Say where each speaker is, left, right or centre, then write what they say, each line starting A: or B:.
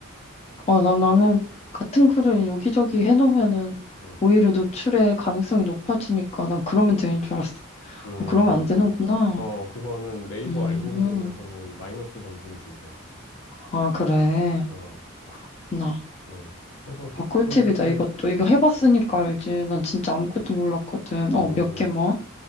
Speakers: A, on the left (about 30°); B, on the left (about 75°).
A: 어, 나 나는 같은 글을 여기저기 해놓으면은
B: 음,
A: 오히려 노출의 가능성이 높아지니까 난 그러면 되는 줄 알았어.
B: 음,
A: 어, 그러면 안 되는구나.
B: 어, 그거는 네이버
A: 음,
B: 알고리즘에서는 마이너스 점수를 준대.
A: 아, 그래.
B: 어,
A: 그렇구나.
B: 음. 그래서
A: 아, 꿀팁이다,
B: 좀 이렇게,
A: 이것도. 이거 해봤으니까 알지. 난 진짜 아무것도 몰랐거든.
B: 음,
A: 어, 몇 개 뭐?